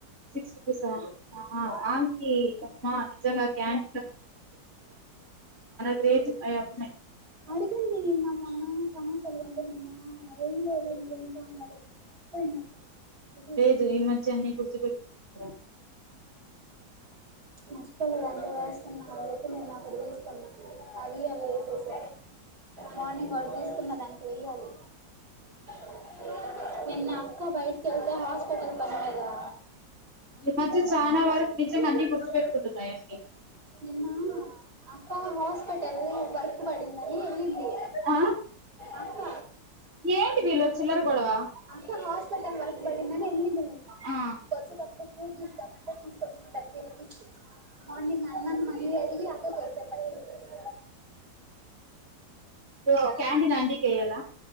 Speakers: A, on the right (about 35°); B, on the right (about 60°).
A: సిక్స్ రూపీసా అ <unintelligible> మ్మా నిజంగా క్యాన్ గ్రేట్ అయమ్మాయి
B: అడిగింది నిన్న మ్మొన్న సమోసాలు కొంటే నిన్న వెయ్యలేళ నువ్ ఇంకా అని అడిగింది పోయింది అనుకున్నా అడిగేసింది
A: లేదు ఈ మధ్య అన్ని గుర్తుపెట్టు
B: నష్టపో ద వస్ నిన్న అని చెప్పి నిన్న అక్కడ తీసుకున్న అవి అవి వస స మార్నింగ్ ఒక్కటి తీస్ న్న దానికి వెయ్యాలి <inaudible> నిన్న అక్క బయటకి వెళ్తే హాస్పిటల్ పనిలేదా
A: ఈ మధ్య చానా వరకు నిజంగా అన్ని గుర్తు పెట్టుకుంటున్నాయా ఆయా
B: నిన్న ఆ అక్క హాస్పిటల్ వర్క్ పడిందని వెళ్ళింది.
A: ఆ
B: అక్క
A: ఏంటి వీళ్ళు చిల్లర గొడవ
B: అక్క హాస్పిటల్ వర్క్ బడిందని వెళ్ళింది నిన్న
A: ఆ
B: వచ్చేటప్పటికి చూచి ఇద్దామంటే తీసుకొచ్చింది థర్టీ రుపీస్ మార్నింగ్ నన్న మళ్లీ అడిగి అక్క చేసే తప్ప
A: రో క్యాంటిన్ ఆంటీ కి ఎయ్యాల